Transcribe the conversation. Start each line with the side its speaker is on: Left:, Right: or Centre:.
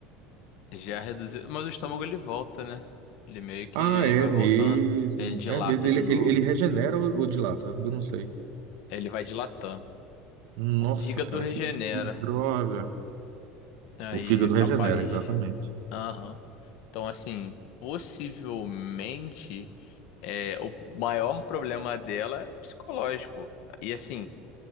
Left: Já reduziu. Mas o estômago ele volta, né? Ele meio que
Right: Ah, é
Left: vai
Right: mesmo.
Left: voltando. Ele dilata
Right: É mesmo. Ele,
Left: de novo.
Right: ele, ele regenera ou, ou dilata? Eu não sei.
Left: Ele vai dilatando.
Right: Nossa,
Left: O fígado
Right: cara,
Left: regenera.
Right: que, que droga.
Left: Aí
Right: O fígado
Left: é capaz
Right: regenera, exatamente.
Left: de. Aham. Então, assim, possivelmente é, o maior problema dela é psicológico. E assim.